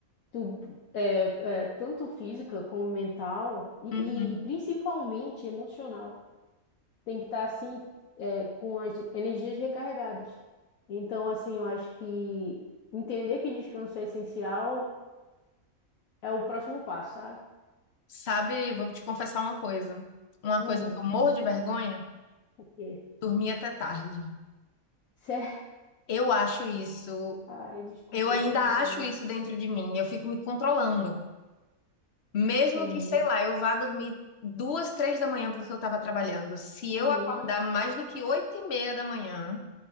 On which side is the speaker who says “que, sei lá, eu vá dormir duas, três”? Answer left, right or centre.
Left